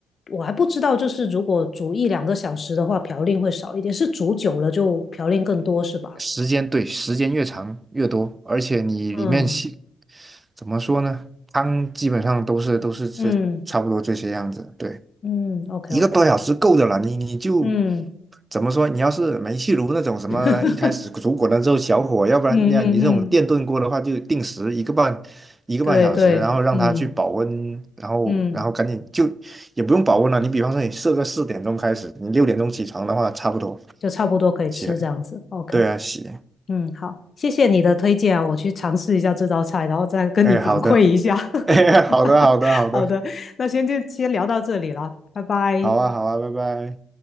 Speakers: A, on the left; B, on the right.
A: 我还不知道，就是如果煮一两个小时的话，嘌呤会少一点，是煮久了就嘌呤更多是吧？
B: 时间，对，时间越长越多，而且你里面细，
A: 嗯
B: 怎么说呢？汤基本上都是都是这差不多这些样子，
A: 嗯
B: 对，
A: 嗯，OK
B: 一个多小时够的了。
A: OK，
B: 你你就
A: 嗯
B: 怎么说？你要是煤气炉那种什么，
A: <laughs>
B: 一开始煮滚了之后小火，要不然你你这种电炖锅的话，
A: 嗯嗯嗯，
B: 就定时一个半一个半小时，
A: 对对，
B: 然后让它去保温，
A: 嗯
B: 然后然后赶紧就也不用保温了。
A: 嗯，
B: 你比方说你设个四点钟开始，你六点钟起床的话，差不多
A: 就差不多可以吃这样子，OK。
B: 起来。对啊，洗。
A: 嗯，好，谢谢你的推荐啊，我去尝试一下这道菜，然后再跟你反馈一下。
B: 哎，好的。
A: <laughs>
B: <laughs> 哎，好的，好的，好的，
A: 好的，那先就先聊到这里了，拜拜。
B: 好啊，好啊，拜拜。